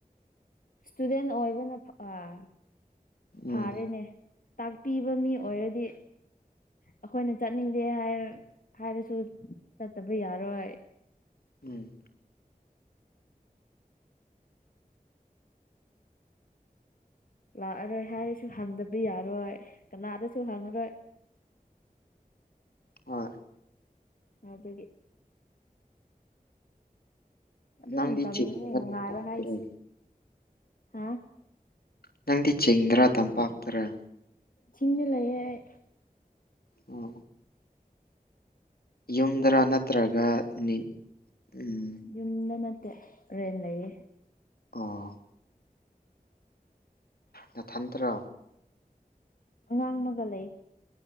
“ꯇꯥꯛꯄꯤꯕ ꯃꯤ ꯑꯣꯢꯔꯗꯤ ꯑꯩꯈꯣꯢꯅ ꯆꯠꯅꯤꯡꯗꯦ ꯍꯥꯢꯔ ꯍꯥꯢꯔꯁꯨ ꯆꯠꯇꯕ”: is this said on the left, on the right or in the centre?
Left